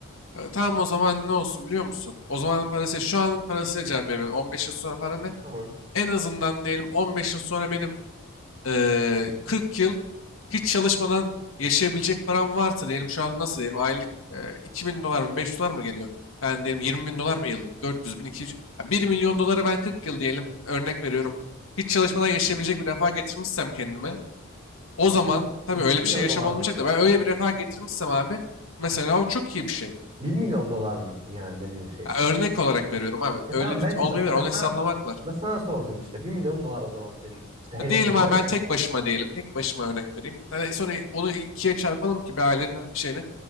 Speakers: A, on the left (about 65°); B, on the right (about 30°).
A: E, tamam o zaman ne olsun biliyor musun? O zamanın parası şu anın parasıyla cevap veriyorum. 15 yıl sonra para ne?
B: Tamam.
A: En azından diyelim 15 yıl sonra benim e, 40 yıl hiç çalışmadan yaşayabilecek param varsa diyelim şu an nasıl diyelim aylık e, 2000 dolar mı 500 dolar mı geliyor? Yani diyelim 20 bin dolar mı yıllık? 400 bin 200 ya 1 milyon dolara ben 40 yıl diyelim örnek veriyorum. Hiç çalışmadan yaşayabilecek bir refah getirmişsem kendime o
B: Bir,
A: zaman tabii
B: bir
A: öyle
B: milyon
A: bir şey yaşam
B: dolar
A: olmayacak
B: mı?
A: da ben öyle bir refah getirmişsem abi mesela o çok iyi bir şey.
B: Bir milyon dolar mı? Yani dediğin şey.
A: Ya örnek olarak veriyorum abi.
B: E
A: Öyle
B: tamam
A: bir
B: ben
A: olmayabilir.
B: ben
A: Onu hesaplamak
B: sana
A: var.
B: ben sana sordum işte. Bir milyon dolar o zaman senin işte hedefin
A: Ha, diyelim abi
B: değil
A: ben
B: mi?
A: tek başıma diyelim. Tek başıma örnek vereyim. Yani sonra onu ikiye çarpalım ki bir ailenin şeyini.